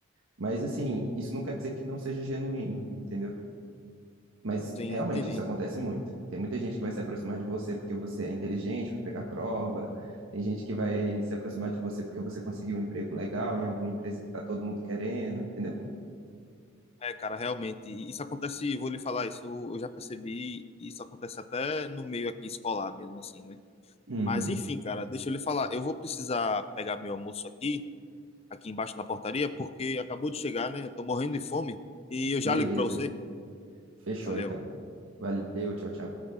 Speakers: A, on the right; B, on the left.
A: Mas assim, isso não quer dizer que não seja genuíno, entendeu? Mas
B: Sim,
A: realmente
B: entendi.
A: isso acontece muito. Tem muita gente que vai se aproximar de você porque você é inteligente para pegar prova. Tem gente que vai se aproximar de você porque você conseguiu um emprego legal em alguma empresa que tá todo mundo querendo, entendeu?
B: É, cara, realmente, isso acontece, vou lhe falar isso, eu, eu já percebi, isso acontece até no meio aqui escolar mesmo, assim, né?
A: Uhum.
B: Mas enfim, cara, deixa eu lhe falar, eu vou precisar pegar meu almoço aqui. aqui embaixo na portaria, porque acabou de chegar, né? Eu tô morrendo de fome e eu já
A: Beleza.
B: ligo para você.
A: Fechou
B: Valeu.
A: então. Valeu, tchau, tchau.